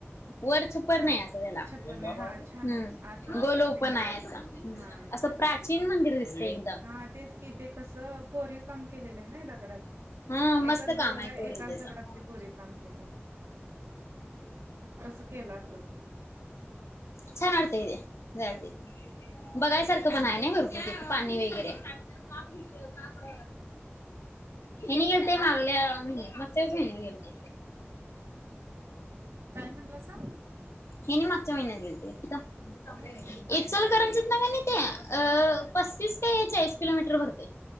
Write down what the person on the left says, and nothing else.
वर छप्पर
नाही असं त्याला
ह‌्
गोल ओपन
हाय
असं तीन मंदिर दिसतेय एकदम
हा मस्त
काम आहे कोरीव
त्याच
हम्म
छान वाटतंय ते जायला तेंन बघायसारखं पण हाय नाई भरपूर पाणी वगैरे कापडीच कापड हेनी गेलते मागल्या म मागच्याच महिन्यात
हेनी माग मागच्या महिन्यात गेलते
इचलकरंजीतन कणी ते अ पस्तीस काय चाळीस किलोमीटर भरते.